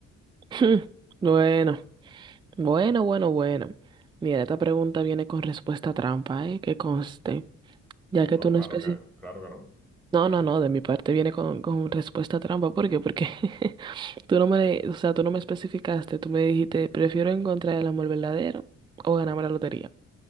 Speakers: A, on the right; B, in the centre.
A: Hmm, Bueno, bueno, bueno, bueno. Mira, esta pregunta viene con respuesta trampa, ¿eh? Que conste. Ya que
B: No,
A: tú no
B: claro
A: especificas.
B: que, claro que no.
A: No, no, no, de mi parte viene con, con respuesta trampa. ¿Por qué? Porque <laughs> tú no me, o sea, tú no me especificaste, tú me dijiste, prefiero encontrar el amor verdadero o ganarme la lotería.